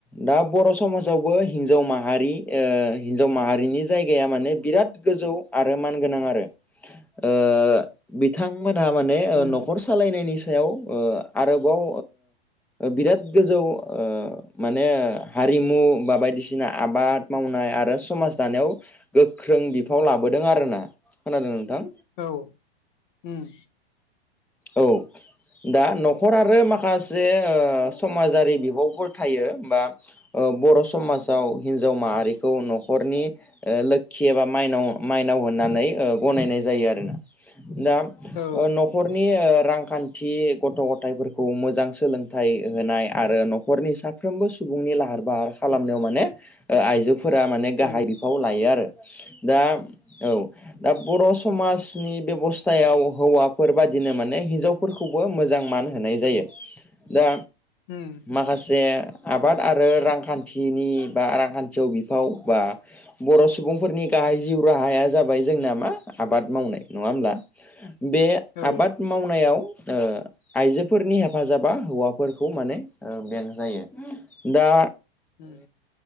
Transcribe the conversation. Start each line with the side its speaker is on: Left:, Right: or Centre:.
Centre: दा बर' समाजावबो हिन्जाव माहारि हिन्जाव माहारिनि जायगाया माने बिराद गोजौ आरो मान गोनां आरो ओ बिथांमोनहा माने
Left: उम
Centre: न'खर सालायनायनि सायाव आरोबाव बिराद गोजौ ओ माने हारिमु बा बायदिसिना आबाद मावनाय आरो समाज दानायाव गोख्रों बिफाव लाबोदों आरोना खोनादों नोंथां।
Left: औ उम।
Centre: औ। दा न'खर आरो माखासे समाजारि बिब'फोर थायो होमबा? बर' समाजाव हिन्जाव माहारिखौ न'खरनि लोखि एबा मायनाव माइनाव होननानै गनायनाय जायो आरोना दा
Left: औ
Centre: न'खर रांखान्थि गथ' गथथायफोरखौ मोजां सोलों फ होनाय आरो न'खरनि साफ्रोमबो सुबुंनि लाहार फाहार खालामनायाव माने आइजो फोर माने गाहाय
Left: उम
Centre: बिफाव लायो आरो दा औ दा बर' समाजनि बेब'स्थायाव हौवाफोर बादि बिदिनो माने हिनजावफोरखौबो मोजां मान होनाय जायो दा
Left: उम
Centre: माखासे आबाद आरो रांखान्थिनि बा रांखान्थियाव बिफाव बा बर' सुबुंफोरनि गाहाय जिउ राहाया जाबाय जोंना मा आबाद मावनाय नङा होमब्ला बे
Left: औ
Centre: आबाद मावनायाव आइजोफोरनि हेफाजाबा हौवा फोरखौ माने बें जायो दा
Left: उम